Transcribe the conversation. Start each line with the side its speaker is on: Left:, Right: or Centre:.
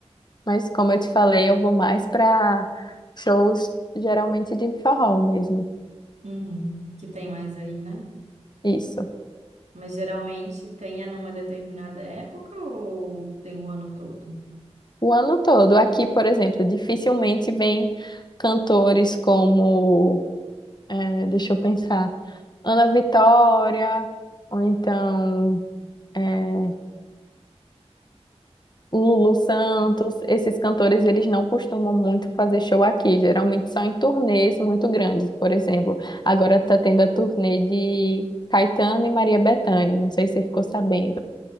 Left: mas como eu te falei, eu vou mais para shows geralmente de forró mesmo.
Right: uhum, que tem mais aí, né?
Left: Isso.
Right: Mas geralmente tem é numa determinada época ou tem o ano todo?
Left: O ano todo. Aqui, por exemplo, dificilmente vem cantores como, é, deixa eu pensar, Ana Vitória, ou então. É, Lulu Santos, esses cantores, eles não costumam muito fazer show aqui, geralmente são em turnês muito grandes, por exemplo, agora está tendo a turnê de Caetano e Maria Bethânia, não sei se você ficou sabendo.